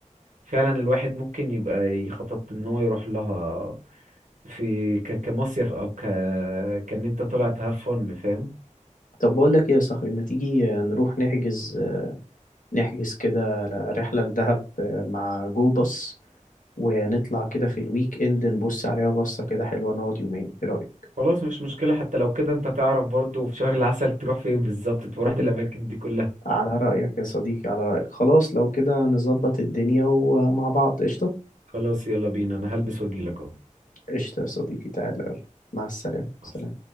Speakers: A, on the right; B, on the left.
A: فعلا الواحد ممكن يبقى يخطط ان هو يروح لها في ك... كمصيف او ك كان انت طلع تهفن فاهم
B: طب بقول لك ايه يا صاحبي ما تيجي نروح نحجز نحجز كده رحلة لدهب مع جو باص ونطلع كده في الويك اند نبص عليها بصة كده حلوة نقعد يومين ايه رأيك
A: خلاص مش مشكلة حتى لو كده انت تعرف برضو في شهر العسل تروح فين بالظبط
B: <laughs>
A: تبقى رحت
B: مهم.
A: الاماكن دي كلها
B: على رأيك يا صديقي على رأيك خلاص لو كده نظبط الدنيا ومع بعض قشطة
A: خلاص يلا بينا انا هلبس واجيلك اهو
B: قشطة يا صديقي تعالى يلا مع السلامة
A: مع
B: سلام